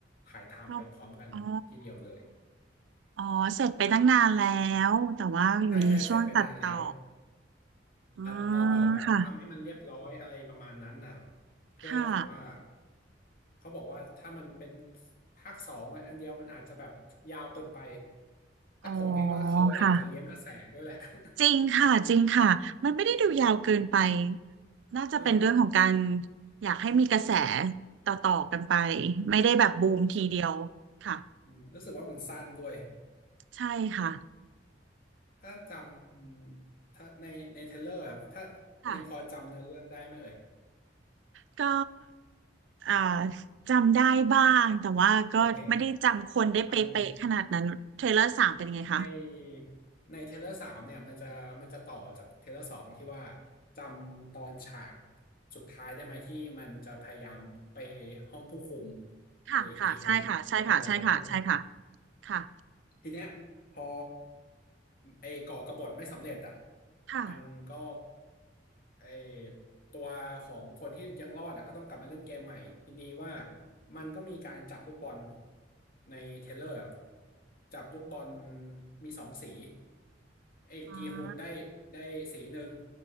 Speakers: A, on the left; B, on the right.
A: ถ่ายทำไปพร้อมกันทีเดียวเลย
B: ชอบอ๋ออ๋อ เสร็จไปตั้งนานแล้ว แต่ว่าอยู่ในช่วงตัดต่อ
A: ใช่ใช่เสร็จไปนานแล้ว
B: อื
A: ตัดต่อแบบทำให้มันเรียบร้อยอะไรประมาณนั้นนะครับ
B: มค่ะ
A: เพื่อถือว่า
B: ค่ะ
A: เขาบอกว่าถ้ามันเป็นภาคสองอันเดียวมันอาจจะแบบยาวเกินไปแต่ผมคิดว่าเขาอยากจะเลี้ยงกระแสด้วยแหละ
B: อ๋อค่ะ
A: <laughs>
B: จริงค่ะ จริงค่ะ มันไม่ได้ดูยาวเกินไป น่าจะเป็นเรื่องของการ
A: เออ
B: อยากให้มีกระแส
A: เลย
B: ต่อๆกันไป ไม่ได้แบบบูมทีเดียวค่ะ
A: รู้สึกว่าอืมรู้สึกว่ามันสั้นด้วย
B: ใช่ค่ะ
A: ถ้าจำถ้าในในเทรลเลอร์ครับถ้า
B: ค่ะ
A: ยังพอจำเนื้อเรื่องได้ไหมเอ่ย
B: ก็อ่าจำได้บ้างแต่ว่าก็ไม่ได้จำคนได้เป๊ะๆขนาดนั้นเทรลเลอร์สามเป็นยังไงคะ
A: โอเคมัน ในในเทเลอร์สามเนี่ยมันจะมันจะต่อจากเทเลอร์สองที่ว่าจำตอนฉากสุดท้ายได้ไหมที่มันจะพยายามไปห้องผู้คุม
B: ค่ะค่ะใช่ค่ะใช่ค่ะใช่ค่ะใช่ค่ะ
A: เออกีฮุนอะจะพยายามไปห้องผู้คุม
B: ค่ะ
A: ทีเนี้ยพอไอ้ก่อกบฏไม่สำเร็จอ่ะ
B: ค่ะ
A: มันก็ไอ้ตัวของคนที่ยังรอดอ่ะก็ต้องกลับมาเล่นเกมใหม่ทีนี้ว่ามันก็มีการจับลูกบอลในเทเลอร์จับลูกบอลมีสองสีไอ้กีฮุนได้ได้สีหนึ่ง
B: อ่า